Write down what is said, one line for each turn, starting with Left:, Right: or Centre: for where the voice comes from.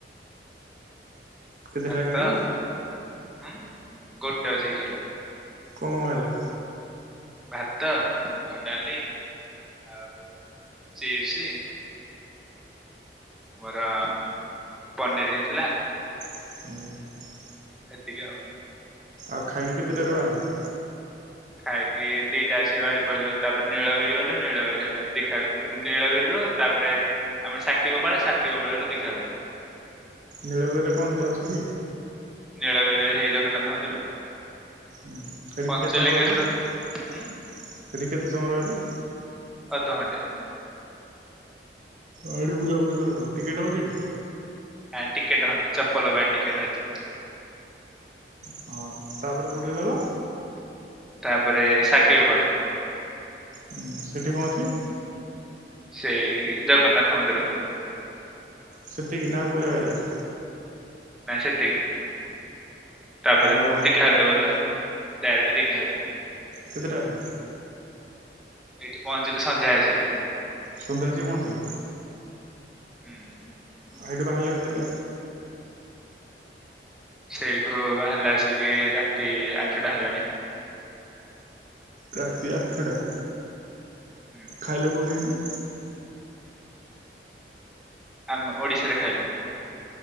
Right: କେତେଟାରେ
Centre: ଭାତ
Right: ଖାଇଲ?
Centre: ହଁ। ଗୋଟେ ଅଛି ଖାଇଲ
Right: କଣ ଖାଇଲ?
Centre: ଭାତ, ଆଉ ଡାଲି, ଆଉ ଚିପ୍ସ ଆମର ପନିର ହେଇଥିଲା।
Right: ହୁଁ।
Centre: ହେତିକି ଆଉ।
Right: ଆଉ ଖାଇକି କେତେଟାରେ ବାହାରିଲ।
Centre: ଖାଇକି ଦିଟା ଆସ ବାହାରି ପଡିଲୁ ତାପରେ ନୀଳଗିରି ଗଲୁ ନୀଳଗିରି ଦିଖା ଗଲୁ ନୀଳଗିରିରୁ ତାପରେ ଆମେ ସାକ୍ଷୀ ଗୋପାଳ ସାକ୍ଷୀ ଗୋପାଳ ରରୁ ଦିଘାଗଲୁ।
Right: ନୀଳଗିରିରେ କଣ ଅଛି କି?
Centre: ନୀଳଗିରିରେ ହେଇ ଜଗନ୍ନାଥ ମନ୍ଦିର।
Right: ହଁ ସେଠ
Centre: ପଞ୍ଚଲିଙ୍ଗେଶ୍ଵର
Right: କେତେ ସମୟ ରହିଲା ସେଠିକ
Centre: ଉଁ
Right: କେତେ ସମୟ ରହିଲ?
Centre: ଅଧଘଣ୍ଟେ
Right: ଆଡ ବୁଲାବୁଲି କଲେ ସବ ଟିକେଟ ହଉଛି ଏଠି।
Centre: ହଁ ଟିକେଟ ହନ ଚପ୍ପଲ ବ ଟିକେଟ ହଛି।
Right: ହଁ ତାପରେ କେଉଁଠିକି ଗଲ?
Centre: ତାପରେ ସାକ୍ଷୀ ଗୋପାଳ।
Right: ହୁଁ ସେଠି କଣ ଅଛି?
Centre: ସେଇ ଜଗନ୍ନାଥ ମନ୍ଦିର।
Right: ସେତିକି ନା କୋଉ ଜାଗା ଯାଇଛ?
Centre: ନାଇ ସେତିକି। ତାପରେ
Right: ଆଉ
Centre: ଦୀଘା ହଦ ବଲ ଡାଇରେଟ ଦିଖା ହେ
Right: କେଧଟାଛି
Centre: ଏଇଠି ପହଞ୍ଚିଲୁ ସନ୍ଧ୍ୟା ଆସି
Right: ସନ୍ଧ୍ୟା ଆସିକି ପହଞ୍ଚିଲ।
Centre: ହୁଁ।
Right: ଅ ଏଠୁ ବାହାରିଲ କେତେଟା ରେ?
Centre: ସେଇଠୁ ବାହାରିଲା ଆସିକି ରାତି ଆଠଟା ହେଲାଣି।
Right: ରାତି ଆଠଟା
Centre: ହୁଁ
Right: ଖାଇଲ କୋଉଠି ଏଠି?
Centre: ଆମେ ଓଡିଶାରେ ଖାଇଲୁ।